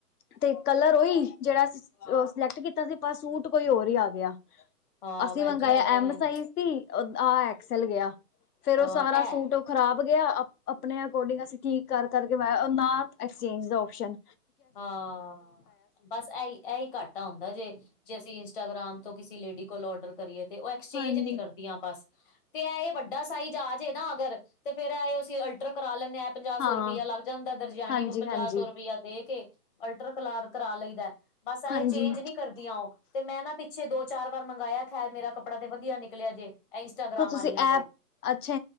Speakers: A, on the left (about 65°); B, on the left (about 30°).
A: ਤੇ ਕਲਰ ਉਹੀ, ਜਿਹੜਾ ਸਿਲੈਕਟ ਕੀਤਾ ਸੀ, ਪਰ ਸੂਟ ਕੋਈ ਹੋਰ ਹੀ ਆ ਗਿਆ
B: ਹਾਂ
A: ਅਸੀਂ
B: ਭੈਣ
A: ਮੰਗਵਾ
B: ਜੀ ਐਵੇਂ
A: ਐਮ
B: ਐਵੇਂ
A: ਸਾਈਜ਼ ਸੀ, ਆਹ ਐਕਸਲ ਗਿਆ,
B: ਅ
A: ਫਿਰ ਉਹ ਸਾਰਾ
B: ਇਹ
A: ਸੂਟ ਖਰਾਬ ਗਿਆ, ਆਪਣੇ ਅਕੋਰਡਿੰਗ ਅਸੀਂ ਠੀਕ ਕਰ ਕਰਕੇ ਲਾਇਆ, ਨਾ ਐਕਸਚੇਂਜ ਦਾ ਓਪਸ਼ਨ
B: ਹਾਂ, ਬਸ ਆ ਇਹਹੀ ਘਾਟਾ ਹੁੰਦਾ ਜੇ, ਜੇ ਅਸੀਂ ਇੰਸਟਾਗ੍ਰਾਮ ਤੋਂ ਕਿਸੇ ਲੇਡੀ ਕੋਲ ਆਰਡਰ ਕਰੀਏ ਤੇ, ਉਹ ਐਕਸਚੇਂਜ
A: ਹਾਂਜੀ
B: ਨੀ ਕਰਦੀਆਂ ਬਸ, ਤੇ ਇਹ ਵੱਡਾ ਸਾਈਜ ਆ ਜਾਏ ਨਾ ਅਗਰ ਤੇ ਫੇਰ ਇਹ ਅਸੀਂ ਅਲਟਰ ਕਰਾ ਲੈਂਦੇ ਆ, ਪੰਜਾਹ ਸੌ
A: ਹਾਂ
B: ਰੁਪਇਆ ਲੱਗ ਜਾਂਦਾ ਦਰਜਿਆਣੀ
A: ਹਾਂਜੀ
B: ਨੂੰ ਪੰਜਾਹ
A: ਹਾਂਜੀ
B: ਸੌ ਰੁਪਇਆ ਦੇ ਕੇ, ਅਲਟਰ ਕਰਾ ਲਈਦਾ, ਬਸ ਇਹ
A: ਹਾਂਜੀ
B: ਚੇਂਜ ਨਹੀਂ ਕਰਦੀਆਂ, ਉਹ ਤੇ ਮੈਂ ਨਾ ਪਿੱਛੇ ਦੋ- ਚਾਰ ਵਾਰ ਮੰਗਾਇਆ ਖੈਰ ਮੇਰਾ ਕੱਪੜਾ ਤੇ ਵਧੀਆ ਨਿਕਲਿਆ ਜੇ ਇੰਸਟਾਗ੍ਰਾਮ
A: ਤਾਂ ਤੁਸੀਂ
B: ਵਾਲੀਆਂ
A: ਐਪ
B: ਤੋਂ,
A: ਅੱਛਾ